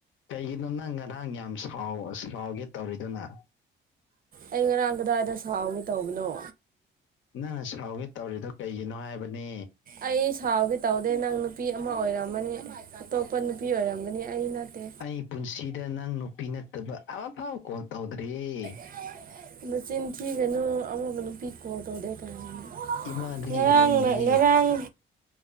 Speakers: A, on the left; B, on the right.
A: ꯀꯩꯒꯤꯅꯣ ꯅꯪ ꯉꯔꯥꯡ ꯌꯥꯝ ꯁꯥꯎ ꯁꯥꯎꯒꯦ ꯇꯧꯔꯤꯗꯨꯅ
B: ꯑꯩ ꯉꯔꯥꯡ ꯀꯗꯥꯏꯗ ꯁꯥꯎꯒꯦ ꯇꯧꯕꯅꯣ
A: ꯅꯪꯅ ꯁꯥꯎꯒꯦ ꯇꯧꯔꯤꯗꯣ ꯀꯩꯒꯤꯅꯣ ꯍꯥꯏꯕꯅꯦ
B: ꯑꯩ ꯁꯥꯎꯒꯦ ꯇꯧꯗꯦ ꯅꯪ ꯅꯨꯄꯤ ꯑꯃ ꯑꯣꯏꯔꯝꯃꯅꯤ ꯑꯇꯣꯞꯄ ꯅꯨꯄꯤ ꯑꯣꯏꯔꯝꯒ ꯅꯤ ꯑꯩ ꯅꯠꯇꯦ
A: ꯑꯩ ꯄꯨꯟꯁꯤꯗ ꯅꯪ ꯅꯨꯄꯤ ꯅꯠꯇꯕ ꯑꯃꯐꯥꯎ ꯀꯣꯜ ꯇꯧꯗ꯭ꯔꯤꯌꯦ
B: <unintelligible> ꯅꯆꯤꯟ ꯊꯤꯒꯅꯨ ꯑꯋꯨꯕ ꯅꯨꯄꯤ ꯀꯣꯜ ꯇꯧꯗꯦ ꯀꯥꯏꯅ
A: ꯏꯃꯥꯗꯒꯤ
B: ꯉꯔꯥꯡꯅ
A: ꯍꯦꯟꯗꯦ
B: ꯉꯔꯥꯡ